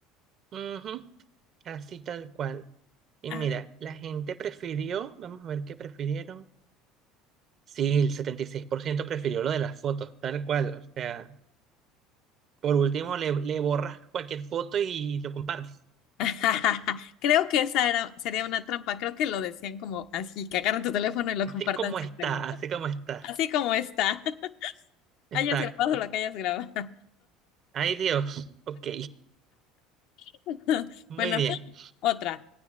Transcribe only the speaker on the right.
Ujú, así tal cual. Y
mira, la gente prefirió, vamos a ver qué prefirieron. Sí, el 76% prefirió lo de las fotos, tal cual. O sea, por último le, le borras cualquier foto y lo compartes.
Así
como
está,
así como está.
Exacto.
Ay Dios, ok,
muy
bien.